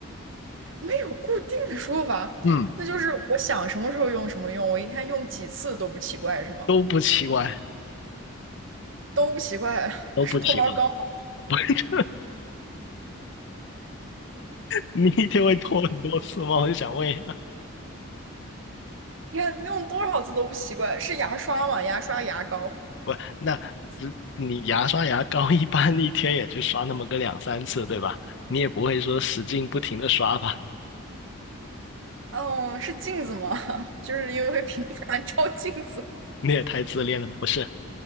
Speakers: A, on the right; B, on the left.
A: 没有固定的说法，
B: 嗯，
A: 那就是我想什么时候用什么用，我一天用几次都不奇怪，是吗？
B: 都不奇怪，
A: 都不奇怪，<laughs>
B: 都不奇怪。
A: 是脱毛膏吗？
B: <laughs> 你一天会脱很多次吗？我就想问一下，
A: 一天用多少次都不奇怪，是牙刷吗？牙刷、牙膏，
B: 不，那只你牙刷牙膏一般一天也就刷那么个两三次，对吧？你也不会说使劲不停的刷吧？
A: 嗯，是镜子吗？<laughs> 就是因为会频繁照镜子，
B: 你也太自恋了，不是？